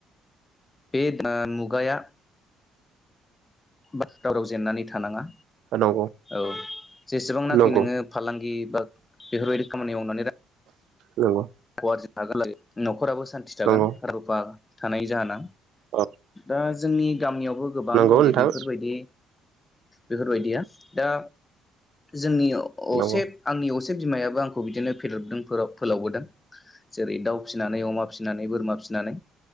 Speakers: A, on the left; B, on the right.
A: बे ओ मुगाया बास दावराव जेननानै थानाङा
B: नंगौ नंगौ
A: औ जेसेबांनाखि
B: नंगौ
A: नोङो फालांगि बा बेफोरबायदि खामानि मावनानै रा
B: नोंगौ
A: <unintelligible> न'खराबो सान्थि थागोन
B: नंगौ
A: रुफा थानाय जाहोना
B: औ
A: दा जोंनि गामियावबो गोबां
B: नंगौ
A: दंदे
B: नोंथां
A: बेफोरबायदि बेफोरबायदिया दा जोंनि असे
B: नंगौ
A: आंनि असे बिमायाबो आंखौ बिदिनो फेदेरबोदों फोलाव-फोलावबोदों जेरै दाउ फिसिनानै अमा फिसिनानै बोरमा फिसिनानै